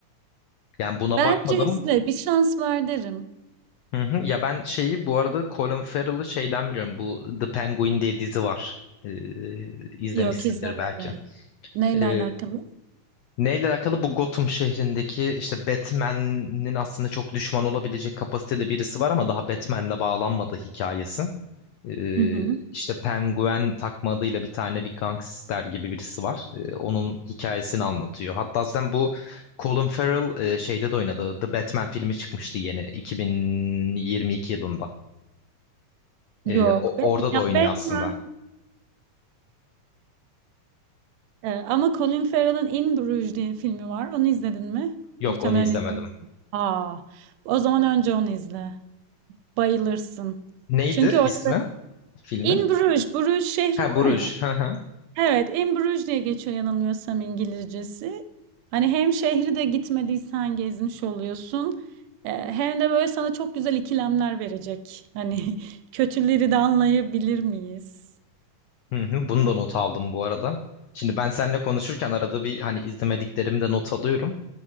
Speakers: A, on the left (about 85°); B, on the right (about 80°).
A: yani buna
B: bence
A: bakmadım.
B: izle bir şans ver derim
A: Hı hı. Ya ben şeyi bu arada Colin Farrell'ı şeyden biliyorum. Bu The Penguin diye dizi var. Ee, izlemişsindir
B: yok izlemedim
A: belki.
B: neyle
A: Ee,
B: alakalı
A: neyle alakalı? Bu Gotham şehrindeki işte Batman'in aslında çok düşman olabilecek kapasitede birisi var ama daha Batman'le bağlanmadığı hikayesi. Ee,
B: hı hı.
A: işte Penguin takma adıyla bir tane bir gangster gibi birisi var. Ee, onun hikayesini anlatıyor. Hatta zaten bu Colin Farrell e, şeyde de oynadı. The Batman filmi çıkmıştı yeni 2022 yılında. Ee,
B: yok
A: o-
B: be
A: orada
B: ya
A: da oynuyor
B: Batman
A: aslında.
B: Ee, ama Colin Farrell'ın In Bruges diye filmi var. Onu izledin mi?
A: Yok
B: Muhtemelen
A: onu izlemedim.
B: izlemişsin. Aa, o zaman önce onu izle. Bayılırsın.
A: Neydi
B: Çünkü orada
A: ismi
B: da
A: filmin?
B: In Bruges, Bruges şehri
A: Ha
B: var
A: Bruges.
B: ya.
A: Hı hı.
B: Evet, In Bruges diye geçiyor yanılmıyorsam İngilizcesi. Hani hem şehri de gitmediysen gezmiş oluyorsun. Ee, Hem de böyle sana çok güzel ikilemler verecek. Hani <laughs> kötüleri de anlayabilir miyiz?
A: Hı hı. Bunu da not aldım bu arada. Şimdi ben seninle konuşurken arada bir hani izlemediklerimi de not alıyorum.